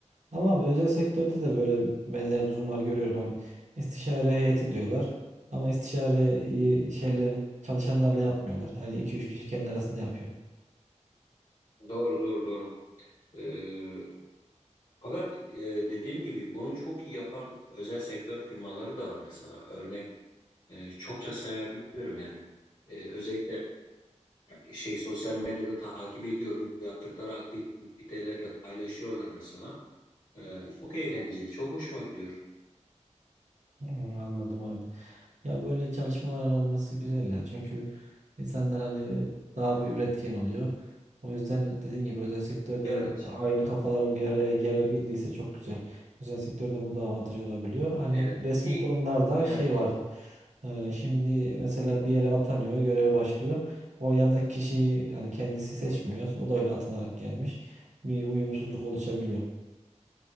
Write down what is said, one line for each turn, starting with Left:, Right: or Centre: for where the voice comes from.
Right: Ama abi özel sektörde de böyle benzer durumlar görüyorum. Hani istişare heyeti diyorlar. Ama istişareyi şeyle çalışanlarla yapmıyorlar. Yani iki üç kişi kendi arasında yapıyor.
Left: Doğru, doğru, doğru. Ee, fakat e, dediğim gibi bunu çok iyi yapan özel sektör firmaları da var mesela. Örnek e, çokça sayabilirim yani. E, özellikle şey sosyal medyada takip ediyorum. Yaptıkları aktiviteleri de paylaşıyorlar mesela. E, çok eğlenceli, çok hoşuma gidiyor.
Right: Hmm, Anladım abi. Ya böyle çalışmaların olması güzel ya. Çünkü insanlar hani daha bir üretken oluyor. O yüzden dediğin gibi özel sektörde
Left: Evet,
Right: aynı kafaların bir araya gelebildiyse çok güzel. Özel sektörde bu da avantaj olabiliyor. Hani
Left: evet
Right: resmi
Left: ki
Right: kurumlarda
Left: evet.
Right: şey var. Ee, şimdi mesela bir yere atanıyor, göreve başlıyor. O yandaki kişiyi yani kendisi seçmiyor. O da öyle atanarak gelmiş. Bir uyumsuzluk oluşabiliyor.